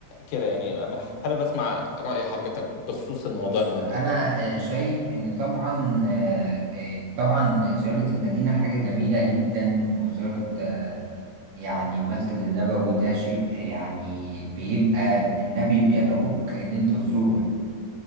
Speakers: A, on the left (about 85°); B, on the right (about 75°).
A: كده يعني حابب اسمع رأي حضرتك بخصوص الموضوع
B: بص
A: المهم
B: انا
A: ده
B: آه، شايف ان طبعا آه، آه، طبعا زيارة المدينة حاجة جميلة جدا وزيارة آه، يعني المسجد النبوي ده شيء آه، يعني بيبقى النبي بيدعوك ان انت تزوره يعني.